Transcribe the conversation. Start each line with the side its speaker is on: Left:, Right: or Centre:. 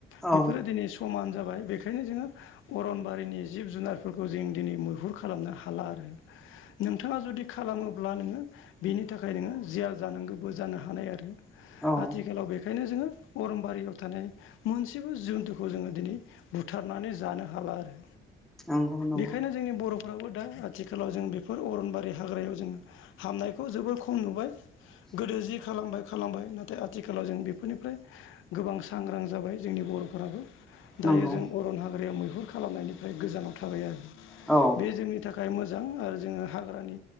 Left: बेफोरो
Centre: औ
Left: दिनै सु समान जाबाय बेखायनो जोङो अरनबारिनि जिब जुनारफोरखौ जों दिनै मैहुर खालामनो हाला आरो नोंथाङा जुदि खालामोब्ला नोङो बिनि थाखाय नोङो जियाल जानांगौबो जानो हानाय आरो
Centre: औ
Left: आथिखालाव बेखायनो जोङो अरनबारियाव थानाय मोनसेबो जुन्थुखौ जोङो दिनै बुथारनानै जानो हाला आरो।
Centre: नंगौ नंगौ
Left: बेखायनो जोंनि बर' फराबो दा आथिखालाव जों बेफोर अरनबारि हाग्रायाव जोङो हामनायखौ जोबोर खम नुबाय। गोदो जि खालामबाय खालामबाय ना दा आथिखालाव जों बेफोरनिफ्राय गोबां सांग्रां जाबाय जोंनि बर'फोराबो दायो
Centre: नंगौ
Left: जों अरन हाग्रायाव मैहुर खालामनायनिफ्राय गोजानाव थाबाय आरो।
Centre: औ।
Left: बे जोंनि थाखाय मोजां आरो जोङो हाग्रानि